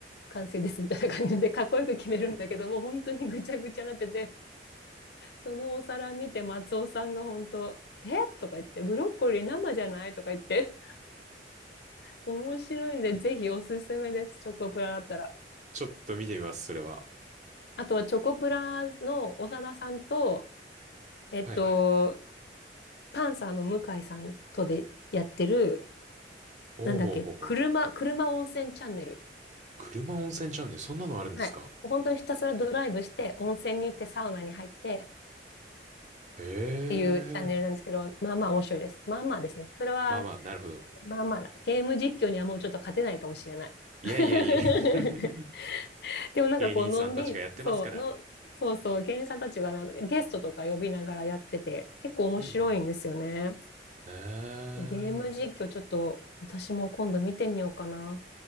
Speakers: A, on the left; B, on the right.
A: 完成ですみたいな感じで、かっこよく決めるんだけど、もう本当にぐちゃぐちゃになってて、そのお皿見て松尾さんが本当、えとか言って、ブロッコリー生じゃないとか言って、面白いんで、ぜひおすすめです、チョコプラだったら。
B: ちょっと見てみます、それは。
A: あとはチョコプラの長田さんと、えっと、
B: はいはい。
A: パンサーの向井さんとでやってる、
B: おうほうほうほう。
A: なんだっけ、車、車温泉チャンネル。
B: 車温泉チャンネル、そんなのあるんですか
A: はい。本当にひたすらドライブして、温泉に行って、サウナに入って、
B: へ
A: っていうチャンネルなんですけど、
B: え。
A: まあまあ面白いです。まあまあですね。それは、
B: まあまあ、なるほど。
A: まあまあだ。ゲーム実況にはもうちょっと勝てないかもしれない。
B: いやいやいや。
A: <laughs>
B: <laughs>
A: でもなんかこう、
B: 芸人さんたちがやってますから。
A: のんびり、そう、の、そうそう、芸人さんたちがなゲストとか呼びながらやってて、結構面白いんですよね。
B: うんうんうん。へえ。
A: ゲーム実況ちょっと私も今度見てみようかな。